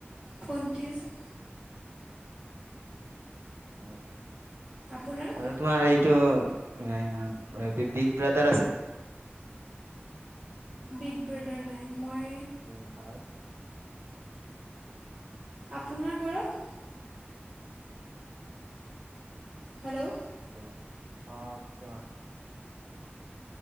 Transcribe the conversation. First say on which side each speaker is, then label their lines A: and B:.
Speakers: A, on the right; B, on the right.
A: ভন্টি আছে।
B: হয়,
A: আপোনাৰ
B: আৰু তোমাৰ এইটো এ বিগ ব্ৰাদাৰ আছে ন?
A: বিগ ব্ৰডাৰ নাই। মই
B: উম, হয়।
A: আপোনাৰ ঘৰত? হেল্ল',
B: হয়, অ', কোৱা।